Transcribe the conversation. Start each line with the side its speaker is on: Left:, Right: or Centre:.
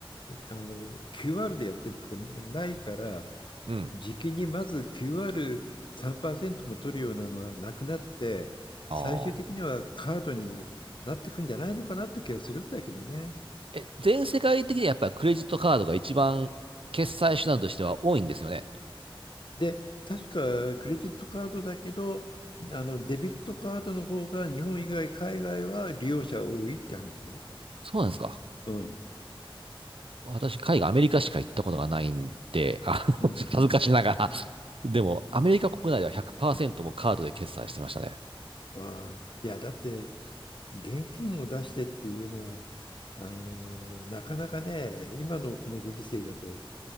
Left: あの QR でやってるとこないから、
Right: うん。
Left: 時期にまず QR3% も取るようなのはなくなって、
Right: ああ。
Left: 最終的にはカードになってくんじゃないのかなって気がするんだけどね。
Right: え、全世界的にやっぱりクレジットカードが一番決済手段としては多いんですよね。
Left: で、確かクレジットカードだけど、あのデビットカードの方が日本以外、海外は利用者多いって話ね。
Right: そうなんですか。
Left: うん、
Right: 私、海外、アメリカしか行ったことがないんで、あの
Left: うん、
Right: <laughs> 恥ずかしながら。
Left: うん。
Right: でも、アメリカ国内では100%もカードで決済してましたね。
Left: ああ、いや、だって現金を出してっていうのは、あの、なかなかね、今のこのご時世だと